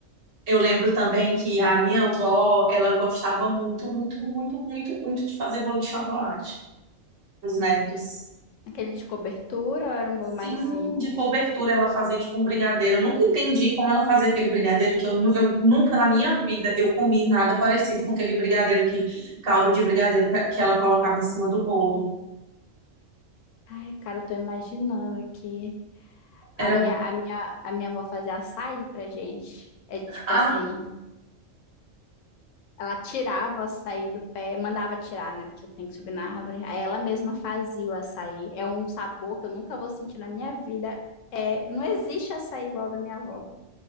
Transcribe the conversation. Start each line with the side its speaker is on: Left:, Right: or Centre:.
Right: Eu lembro também que a minha avó, ela gostava muito, muito, muito, muito, muito de fazer bolo de chocolate para os netos.
Left: Aquele de cobertura ou era um bolo
Right: Sim,
Left: mais simples?
Right: de cobertura ela fazia tipo um brigadeiro. Eu nunca entendi como ela fazia aquele brigadeiro, que eu, nu- eu nunca na minha vida eu comi nada parecido com aquele brigadeiro que, calda de brigadeiro que, que ela colocava em cima do bolo.
Left: Ai, cara, eu tô imaginando aqui. A
Right: Era
Left: minha,
Right: bom.
Left: a minha, a minha avó fazia açaí pra gente. É tipo
Right: Ah,
Left: assim... Ela tirava o açaí do pé, mandava tirar, né? Porque tem que subir na árvore. Aí ela mesma fazia o açaí. É um sabor que eu nunca vou sentir na minha vida. É, não existe açaí igual ao da minha avó.